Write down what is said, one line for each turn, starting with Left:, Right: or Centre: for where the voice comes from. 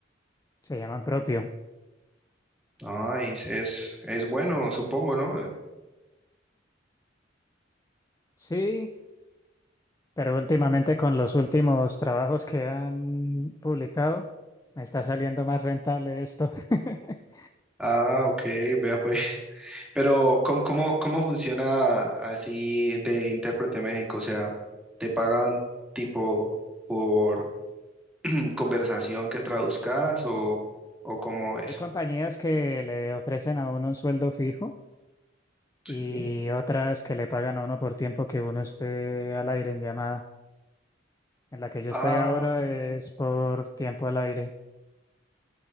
Left: Se llaman propio.
Centre: Ah, es, es es bueno, supongo, ¿no?
Left: Sí, Pero últimamente con los últimos trabajos que han publicado, me está saliendo más rentable esto. <laughs>
Centre: Ah, ok, vea pues. <laughs> Pero, ¿cómo, cómo, cómo funciona así de intérprete México? O sea, ¿te pagan tipo por <clears throat> mm, conversación que traduzcas o, o cómo es?
Left: Hay compañías que le ofrecen a uno un sueldo fijo y
Centre: Sí.
Left: otras que le pagan a uno por tiempo que uno esté al aire en llamada. En la que yo
Centre: Ah,
Left: estoy ahora es por tiempo al aire.